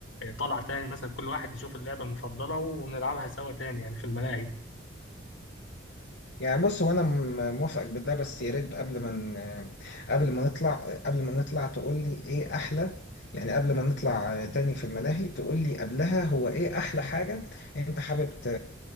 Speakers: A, on the left; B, on the left.
A: طلع تاني مثلا كل واحد يشوف اللعبة المفضلة ونلعبها سوا تاني يعني في الملاهي
B: يعني بص هو انا م- موافقك بده بس يا ريت قبل ما ن- قبل ما نطلع قبل ما نطلع تقول لي ايه احلى يعني قبل ما نطلع تاني في الملاهي تقول لي قبلها هو ايه احلى حاجة انت حابب ت-